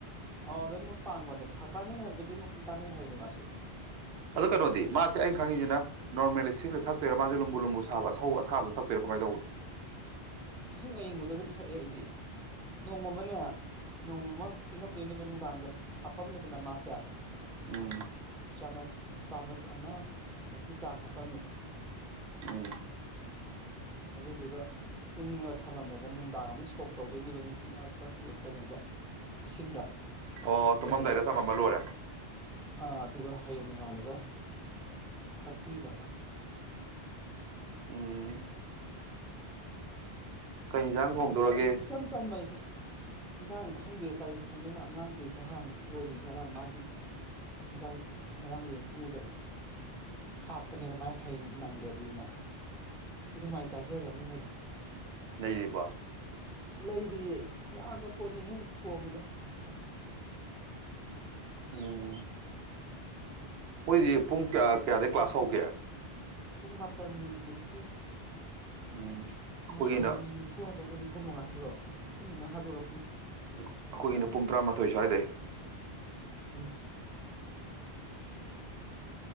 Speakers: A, in the centre; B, on the right.
A: ꯑ ꯂꯣꯏꯅꯃꯛ ꯄꯥꯡꯕꯅꯦꯥ ꯀꯥꯟꯅꯩ ꯍꯥꯏꯕꯗꯤ ꯂꯣꯏꯃꯛꯇꯤ ꯀꯥꯟꯅꯩ ꯍꯥꯏꯕꯅꯤ ꯃꯥꯁꯨ
B: ꯑꯗꯣ ꯀꯩꯅꯣꯗꯤ ꯃꯥꯁꯦ ꯑꯩꯅ ꯈꯪꯉꯤꯁꯤꯅ ꯅꯣꯔꯃꯦꯜꯂꯤ ꯁꯤꯡꯗ ꯊꯛꯇꯣꯏꯔꯥ ꯃꯥꯁꯦ ꯂꯨꯝꯕꯨ ꯂꯨꯝꯕꯨ ꯁꯥꯕ ꯑꯁꯧ ꯑꯁꯥꯕꯗ ꯊꯛꯇꯣꯏꯔꯥ ꯀꯃꯥꯏꯅ ꯇꯧꯕꯅꯣ
A: ꯏꯁꯤꯡ ꯑꯏꯤꯡꯕꯗ ꯑꯗꯨꯝ ꯊꯛꯑꯦ ꯑꯩꯗꯤ ꯅꯣꯡꯃꯃꯅꯦ ꯅꯣꯡꯃꯃ ꯇꯤꯡꯉꯝꯗꯣꯏꯅꯦꯕ ꯅꯨꯡꯗꯥꯡꯗ ꯍꯥꯞꯄꯝꯃꯦꯗꯅ ꯃꯥꯁꯦ
B: ꯎꯝ
A: ꯆꯥꯃꯁ ꯆꯥꯃꯁ ꯑꯃꯃꯨꯛꯀꯤ ꯆꯥꯡ ꯍꯥꯞꯄꯝꯃꯦ
B: ꯎꯝ
A: ꯑꯗꯨꯗꯨꯒ ꯇꯤꯡꯉꯒ ꯊꯝꯃꯝꯃꯦꯗ ꯅꯨꯡꯗꯥꯡ ꯑꯃ ꯁꯣꯛ ꯇꯧꯗꯣꯏꯅꯦꯕ ꯀꯩꯅꯣꯗ ꯏꯁꯤꯡꯗ
B: ꯑꯣ
A: ꯑꯗꯨꯗꯨꯒ
B: ꯇꯨꯝꯃꯝꯗꯥꯏꯗ ꯊꯝꯃꯝꯃ ꯂꯣꯏꯔꯦ
A: ꯑꯥ ꯑꯗꯨꯒ ꯍꯌꯦꯡ ꯅꯣꯡꯉꯥꯜꯂꯒ ꯊꯥꯛꯄꯤꯕ
B: ꯎꯝ ꯀꯩ ꯌꯦꯟꯁꯥꯡ ꯊꯣꯡꯗꯣꯔꯒꯦ
A: ꯀ ꯏꯁꯝ ꯆꯥꯟ ꯃꯥꯔꯤꯗ ꯍꯟꯁꯥꯡ ꯈꯪꯗꯦ ꯀꯔꯤ ꯊꯣꯡꯗꯣꯏꯅꯣ ꯑꯉꯥꯡꯒꯤ ꯖꯍꯥꯟ ꯑꯝꯇ ꯂꯣꯏꯁꯤ ꯉꯔꯥꯡ ꯃꯥꯒꯤ ꯏꯟꯖꯥꯡ ꯉꯔꯥꯡꯒꯤ ꯑꯃꯝ ꯊꯣꯡꯕꯗꯣ ꯈꯥꯛꯄꯅꯦꯕ ꯃꯥꯥꯏ ꯍꯌꯦꯡ ꯅꯪꯗ꯭ꯔꯗꯤꯅ ꯁꯤ ꯀꯃꯥꯏꯅ ꯆꯥꯖꯈ꯭ꯔꯕꯅꯤ ꯃꯣꯏꯗꯤ
B: ꯂꯩꯔꯤꯕꯔꯤꯕ
A: ꯂꯩꯔꯤꯌꯦ ꯌꯥꯝꯒ ꯄꯣꯠꯅꯤꯍꯦ ꯊꯣꯡꯉꯤꯗ
B: ꯇꯣ ꯃꯣꯏꯗꯤ ꯄꯨꯡ ꯀꯌꯥ ꯀꯌꯥꯗꯒꯤ ꯀ꯭ꯂꯥꯁ ꯍꯧꯒꯦ
A: ꯄꯨꯡ ꯃꯥꯄꯜ ꯃꯤꯅꯤꯠ ꯅꯤꯐꯨ
B: ꯎꯝ ꯑꯩꯈꯣꯏꯒꯤꯅ
A: ꯃꯥꯄꯜ ꯃꯤꯅꯠ ꯅꯤꯐꯨ ꯍꯥꯏꯕ꯭ꯔꯣ ꯅꯤꯐꯨ ꯃꯉꯥ ꯍꯥꯏꯕ꯭ꯔꯣ ꯅꯤꯐꯨ ꯃꯉꯥ ꯍꯥꯕ꯭ꯔꯔꯣ
B: ꯑꯩꯈꯣꯏꯒꯤꯅ ꯄꯨꯡ ꯇꯔꯥꯃꯥꯊꯣꯏ ꯁ꯭ꯋꯥꯏꯗꯩ
A: ꯎꯝ